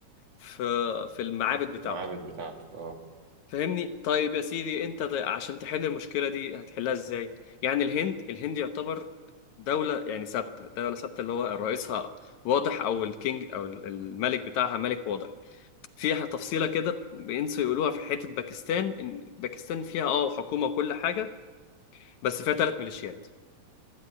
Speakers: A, on the left (about 75°); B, on the right (about 60°).
A: في في المعابد بتاعته
B: المعابد بتاعته اه
A: فاهمني طيب يا سيدي انت ده عشان تحل المشكلة دي هتحلها ازاي يعني الهند الهند يعتبر دولة يعني ثابتة دولة ثابتة اللي هو رئيسها واضح أو الكينج أو ال- الملك بتاعها ملك واضح فيها تفصيلة كده بينسوا يقولوها في حتة باكستان إن باكستان فيها اه حكومة وكل حاجة بس فيها ثلاث ميليشيات